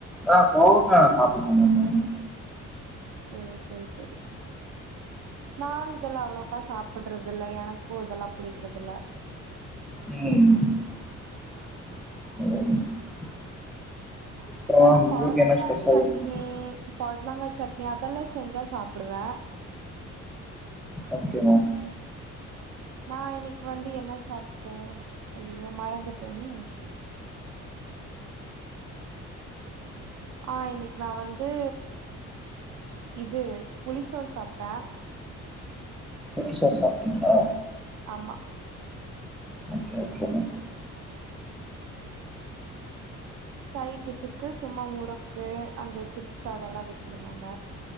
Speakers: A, in the centre; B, on the right (about 65°).
A: ஆ கோவக்கா நா சாப்புடுவ மம் நானு
B: ஓ சேர் சேரி நானு இதெல்லா அவ்ளோக்கா சாப்புட்றதுல்ல எனக்கூ இதெல்லா புடிக்கிறதுல்ல
A: ம் <unintelligible> அப்புறம்
B: வேணா
A: மேம்
B: பொடலங்கா
A: உங்களுக்கு என்ன ஸ்பெஷல்
B: சட்னி
A: இன்னைக்கு
B: பொட்லங்கா சட்னி அதெல்லா செஞ்சா சாப்புடுவே
A: ஓகே மேம்
B: நா இன்னைக்கு வந்து என்ன சாப்ட, ஐய்யய்யோ மறந்துட்டனே ஆஹ் இன்னைக்கு நா வந்து இது புளி சோறு சாப்ட
A: புளிசோர் சாப்டீங்ளா?
B: ஆமா
A: ஓகே ஓகே மேம்
B: சைட்டிஷ்க்கு சும்மா முறக்கு அந்த சிப்ஸ் அதெலாம் வச்சிருந்தாங்க